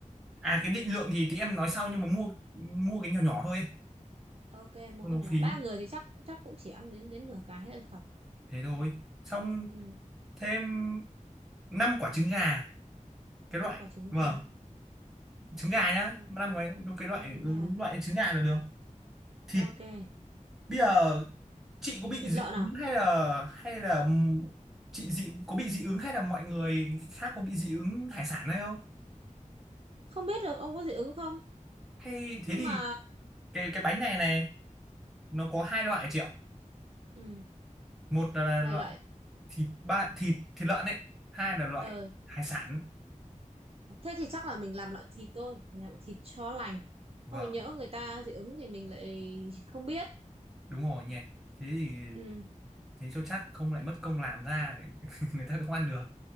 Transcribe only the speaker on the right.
Ok, mua
cái
này.
Ba người thì chắc chắc cũng chỉ ăn đến đến nửa cái thôi thật.
Ừ,
5
quả trứng
gà.
Ok.
Ok
trứng
gà.
Ok.
Thịt
lợn
à?
Không biết được ông có dị ứng không?
Nhưng
mà
ừ,
là
loại
ờ
thế thì chắc là mình làm loại thịt thôi, mình làm thịt cho lành.
Ôi nhỡ người ta dị ứng thì mình lại <laughs> không biết.
Ừ.